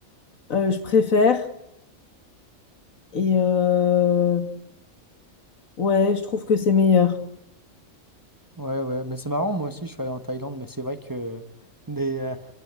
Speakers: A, on the left (about 75°); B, on the right (about 15°).
A: euh, je préfère. Et euh, ouais, je trouve que c'est meilleur.
B: Ouais, ouais, mais c'est marrant, moi aussi je suis allé en Thaïlande, mais c'est vrai que des, euh,